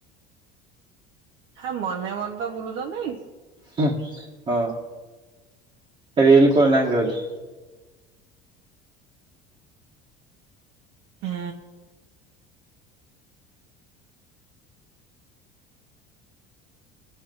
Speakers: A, on the right (about 60°); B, on the right (about 30°).
A: ହେ ମନେ ମନେ ତ ବୁଲୁଛନ୍ତି?
B: ହୁଁ ହଁ, ରିଲ କରୁନାହାଁନ୍ତି ବୋଧେ?
A: ହୁଁ